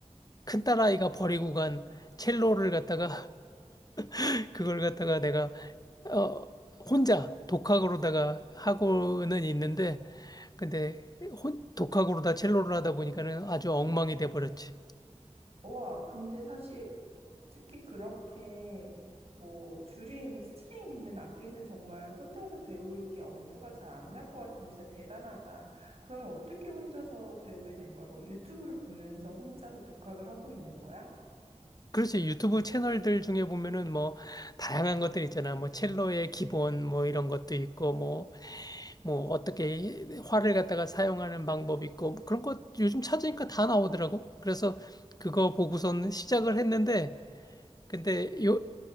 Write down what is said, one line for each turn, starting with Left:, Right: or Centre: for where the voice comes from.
Left: 큰딸아이가 버리고 간 첼로를 갖다가 <laughs> 그걸 갖다가 내가 어, 혼자 독학으로다가 하고는 있는데, 근데 혼, 독학으로다 첼로를 하다 보니까는 아주 엉망이 돼 버렸지.
Right: 와, 근데 사실 특히 그렇게 뭐 줄이 있는 스트링이 있는 악기는 정말 혼자서 배울 게 엄두가 잘 안 날 것 같은데 진짜 대단하다. 그러면 어떻게 혼자서 배우게 된 거야? 뭐 유튜브를 보면서 혼자서 독학을 하고 있는 거야?
Left: 그렇지. 유튜브 채널들 중에 보면은 뭐 다양한 것들 있잖아. 뭐 첼로의 기본 뭐 이런 것도 있고 뭐 뭐 어떻게 활을 갖다가 사용하는 방법 있고 뭐 그런 거 요즘 찾으니까 다 나오더라고. 그래서 그거 보고선 시작을 했는데 근데 요